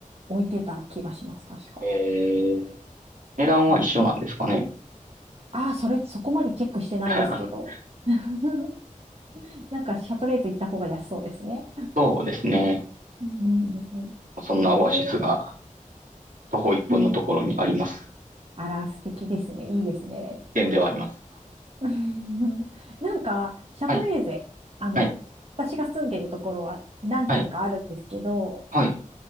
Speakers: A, on the right; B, on the right.
A: 置いてた気がします、確か。
B: ええ、値段は一緒なんですかね。
A: うんああ、それ、そこまでチェックしてないですけど。
B: <laughs>
A: <laughs> なんか、シャトレーゼ行った方が安そうですね。
B: そうですね。
A: うんうんうん
B: そんなオアシスが
A: えー
B: 徒歩1分のところにあります。
A: うんあら、素敵ですね。いいですね。
B: 点ではあります。
A: <laughs> うんなんか、シャトレーゼ、
B: はい、
A: あの、
B: はい、
A: 私が住んでるところは何軒かあるんですけど、
B: はい、はい。